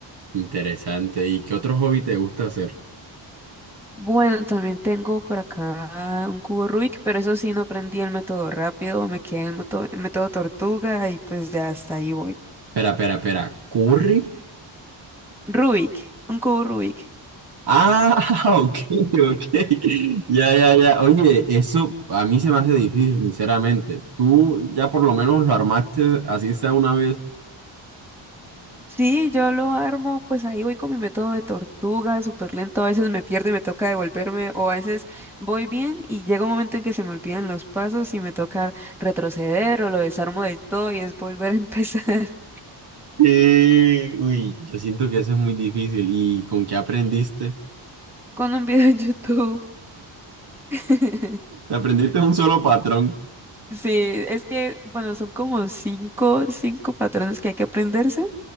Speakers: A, on the right; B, in the centre.
A: Interesante. ¿Y qué otro hobby te gusta hacer?
B: Bueno, también tengo por acá un cubo Rubik, pero eso sí, no aprendí el método rápido, me quedé en el método, el método tortuga y pues ya hasta ahí voy.
A: Espera, espera, espera. ¿Curry?
B: Rubik, un cubo Rubik.
A: Ah, <laughs> ok, ok. Ya, ya, ya. Oye, eso a mí se me hace difícil, sinceramente. Tú ya por lo menos lo armaste así sea una vez.
B: Sí, yo lo armo, pues ahí voy con mi método de tortuga, súper lento. A veces me pierdo y me toca devolverme, o a veces voy bien y llega un momento en que se me olvidan los pasos y me toca retroceder o lo desarmo del todo y es volver a empezar <laughs>
A: Eh, uy, yo siento que eso es muy difícil. ¿Y con qué aprendiste?
B: con un video en YouTube. <laughs>
A: Aprendiste un solo patrón.
B: Sí, es que, bueno, son como cinco, cinco patrones que hay que aprenderse.